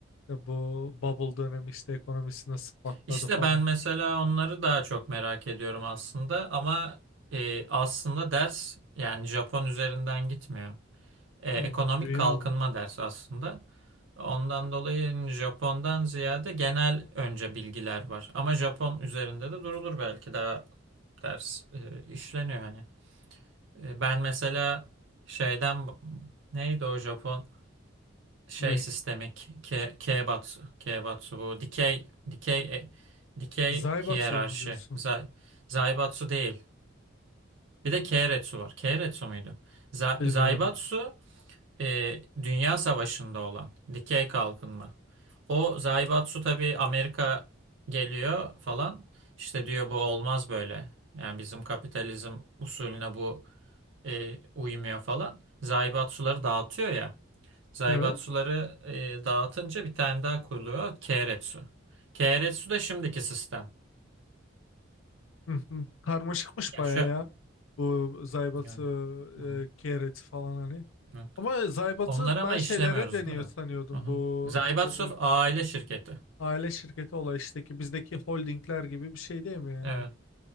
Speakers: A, on the left (about 80°); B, on the right (about 70°).
A: e, bu bubble dönemi işte ekonomisi nasıl patladı
B: İşte
A: falan.
B: ben mesela onları daha çok merak ediyorum aslında ama e, aslında ders yani Japon üzerinden gitmiyor. e,
A: Hmm,
B: ekonomik
A: dünya
B: kalkınma
A: mı?
B: dersi aslında. Ondan dolayı Japon'dan ziyade genel önce bilgiler var. Ama Japon üzerinde de durulur belki daha ders e, işleniyor hani. E, ben mesela şeyden neydi o Japon şey
A: Ne?
B: sistemi Ke- Ke- Keibatsu. Keibatsu bu dikey dikey e, dikey
A: Zaybatı'yı
B: hiyerarşi.
A: mı diyorsun?
B: Zai- Zaibatsu değil. Bir de Keiretsu var. Keiretsu muydu? Za-
A: Bilmiyorum.
B: Zaibatsu e, Dünya Savaşı'nda olan dikey kalkınma. O Zaibatsu tabii Amerika geliyor falan. İşte diyor bu olmaz böyle. Yani bizim kapitalizm usulüne bu e, uymuyor falan. Zaibatsuları dağıtıyor ya. Zaibatsuları
A: Evet.
B: e, dağıtınca bir tane daha kuruluyor. Keiretsu. Keiretsu da şimdiki sistem.
A: Hı hı. Karmaşıkmış
B: Ya
A: baya
B: şu...
A: ya. Bu Zaybatı,
B: Ya, hı hı,
A: e, kereti falan hani.
B: evet.
A: Ama Zaybatı
B: Onları ama
A: ben
B: işlemiyoruz
A: şeylere deniyor
B: daha.
A: sanıyordum.
B: Aha.
A: Bu
B: Zaibatsu
A: ne denir?
B: aile şirketi.
A: Aile şirketi olay işte ki bizdeki holdingler gibi bir şey değil mi yani?
B: Evet.